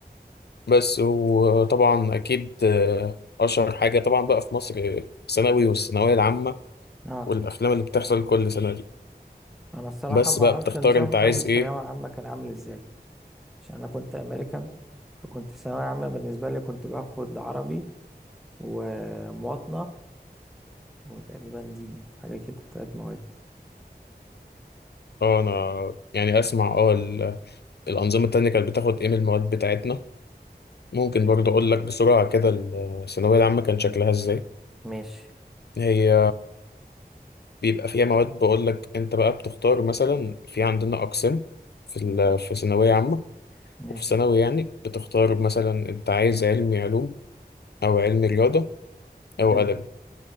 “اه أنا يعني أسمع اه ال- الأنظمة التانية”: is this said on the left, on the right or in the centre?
Left